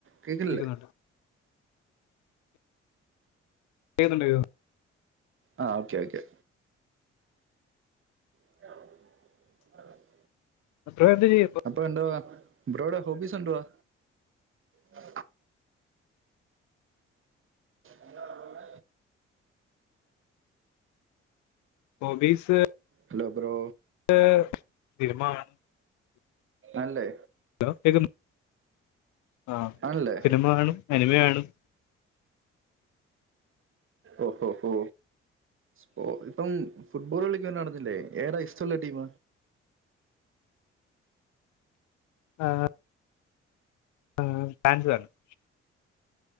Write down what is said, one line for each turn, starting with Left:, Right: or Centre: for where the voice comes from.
Right: കേക്കില്ലെ?
Left: കേക്കുന്നുണ്ടോ ഏതുണ്ടോയൊ
Right: ആഹ് ഓക്കെ ഓക്കെ <inaudible>
Left: അപ്പവെ എന്ത് ചെയ്യാ ഇപ്പം?
Right: അപ്പൊ എന്തോവാ ബ്രോഡ ഹോബീസ് എന്തുവാ? ഉ എന്താ അമ്മൂമ്മ
Left: ഹോബീസ്
Right: ഹലോ ബ്രോ
Left: എഹ് സിനിമ കാണും
Right: അല്ലേ
Left: ഹലോ കേ ആഹ്
Right: ആണല്ലേ.
Left: സിനിമ കാണും, അനിമെകാണും.
Right: ഓഹോ ഹോ ഹോ ഇപ്പം ഫുട്ബോൾ കളിക്കന്ന കാണാത്തില്ലേ? ഏറൊ ഇഷ്ട ഷ്ടല്ലേ ടീം.
Left: ആഹ്. ആഹ് <unintelligible>